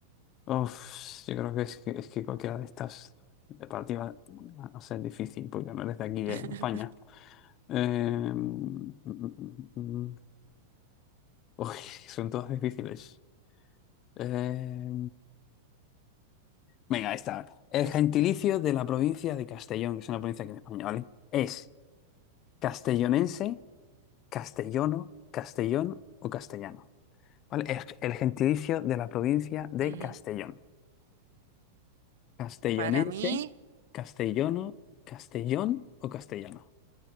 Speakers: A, on the left; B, on the right.
A: Uf, yo creo que es que, es que cualquiera de estas para ti va a ser difícil porque no eres de aquí, de
B: <laughs>
A: España. Eh, mm, mm, mm, mm. mm. Uy, <laughs> son todas difíciles. Eh, venga, esta. El
B: Pero
A: gentilicio
B: sí.
A: de la provincia de Castellón, que es una provincia aquí en España, ¿vale? Es castellonense, castellono, castellón o castellano. ¿Vale? El, el gentilicio de la provincia de
B: Ujú.
A: Castellón. Castellonense,
B: Para mí,
A: castellono, castellón o castellano.